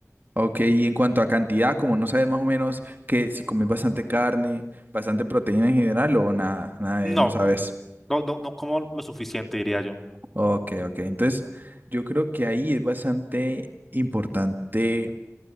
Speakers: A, on the right (about 35°); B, in the centre.
A: Ok, y en cuanto a cantidad, como no sabes más o menos que si comes bastante carne, bastante proteína en general o nada, nada, de-
B: No,
A: no sabes.
B: No, no, no como lo suficiente, diría yo.
A: Ok, ok, entonces yo creo que ahí es bastante importante.